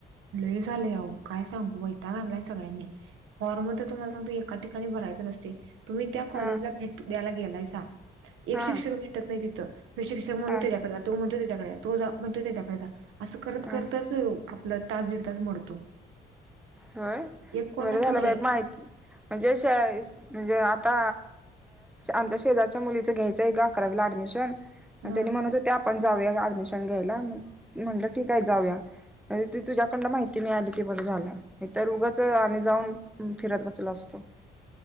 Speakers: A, on the right; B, in the centre.
A: लय झालं अहो, काय सांगू वैताग आणलाय सगळ्यांनी. फॉर्म तर तुम्हाला सांगतो एका ठिकाणी भरायचं नसतंय. तुम्ही त्या कॉलेजला
B: हा
A: भेट द्याला गेल लय सांग एक
B: हा
A: शिक्षक भेटत नाही तिथं हे शिक्षक म्हणून
B: हा
A: त्याच्याकडे जातो. तो म्हणतो त्याच्याकडे तो जा म्हण तो त्याच्याकडे जा. असं करत
B: हा
A: करतच तास दीड तास मोडतो
B: होय
A: एक कोण
B: बरं
A: असं
B: झालं
A: नाही
B: बाई माहिती म्हणजे म्हणजे आता आमच्या शेजारच्या मुलीचं घ्यायचं आहे ग अकरावीला ऍडमिशन आणि
A: हा
B: त्यांनी म्हणत होते आपण जाऊया एडमिशन घ्यायला म्हटलं ठीक जाऊया तुझ्याकडं माहिती मिळाली ती बरं झालं. नाही तर उगच आम्ही जाऊन फिरत बसलो असतो.